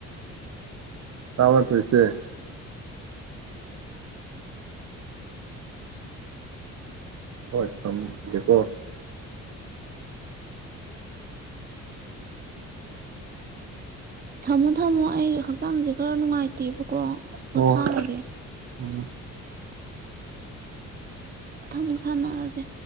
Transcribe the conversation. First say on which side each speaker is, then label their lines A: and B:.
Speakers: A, on the right (about 60°); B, on the right (about 30°).
A: ꯇꯥꯕ꯭ꯔꯥ ꯇꯨꯏꯁꯗꯦ꯫ ꯍꯣꯏ ꯊꯝꯒꯦꯀꯣ꯫
B: ꯊꯝꯃꯣ ꯊꯝꯃꯣ ꯑꯩ ꯍꯛꯆꯥꯡꯁꯦ ꯈꯔ ꯅꯨꯡꯉꯥꯏ꯫ ꯇꯦꯕꯀꯣ ꯄꯣꯊꯥꯔꯒꯦ꯫
A: ꯍꯣꯏ ꯎꯝ꯫
B: ꯃꯊꯪꯃꯨꯛ ꯁꯥꯟꯅꯔꯖꯦ꯫